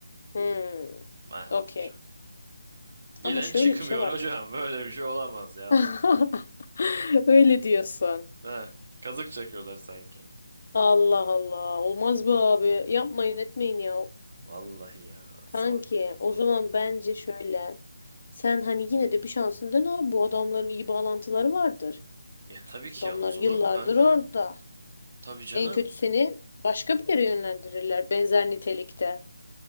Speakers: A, on the left; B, on the right.
A: Hmm,
B: Bayağı
A: okey.
B: az hocam. Gelen
A: Ama şöyle
B: çıkmıyor
A: bir şey var.
B: hocam. <laughs> Böyle bir şey olamaz ya.
A: <laughs>
B: bu.
A: Öyle diyorsun.
B: He, kazık çakıyorlar sanki.
A: Allah Allah. Olmaz be abi. Yapmayın etmeyin ya.
B: Vallahi ya.
A: Kanki
B: Sorma.
A: o
B: Hı.
A: zaman bence şöyle. Sen hani yine de bir şansın dene abi. Bu adamların iyi bağlantıları vardır.
B: Ya tabii ki
A: Adamlar
B: olmaz
A: yıllardır
B: olur mu kanka?
A: orada.
B: Tabii canım.
A: En kötü seni başka bir yere yönlendirirler benzer nitelikte.